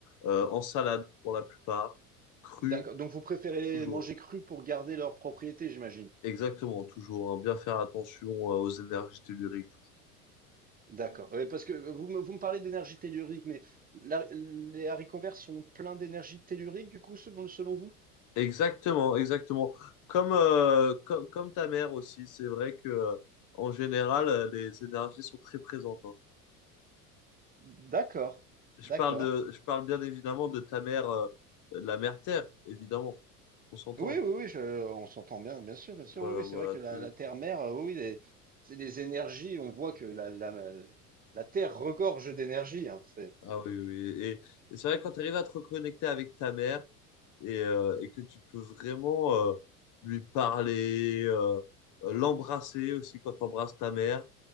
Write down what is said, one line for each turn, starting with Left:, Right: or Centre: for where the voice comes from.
Left: euh, en salade pour la plupart, cru,
Right: D'accord. Donc, vous préférez les
Left: toujours.
Right: manger crus pour garder leurs propriétés, j'imagine.
Left: Exactement, toujours. hein. Bien faire attention euh, aux énergies telluriques, toujours.
Right: D'accord. Ouais, parce que vous me, vous me parlez d'énergie tellurique, mais la- les haricots verts sont pleins d'énergie tellurique, du coup, selon selon vous?
Left: Exactement, exactement. Comme, euh, co- comme, ta mère aussi, c'est vrai que euh, en général, euh, les énergies sont très présentes. hein.
Right: D'accord,
Left: Je
Right: d'accord.
Left: parle de, je parle bien évidemment de ta mère, euh, la mère Terre, évidemment. On s'entend.
Right: Oui, oui, oui, je, on s'entend bien, bien sûr, bien sûr.
Left: Voilà,
Right: Oui, oui,
Left: voilà
Right: c'est vrai que
Left: tout.
Right: la, la Terre-mère, euh, oui, oui, les- c'est des énergies. On voit que la, la, la Terre regorge d'énergie. hein, c'est-
Left: Ah oui, oui. oui. Et, et c'est vrai que quand tu arrives à te reconnecter avec ta mère et, euh, et que tu peux vraiment euh, lui parler, euh, euh, l'embrasser aussi quand tu embrasses ta mère,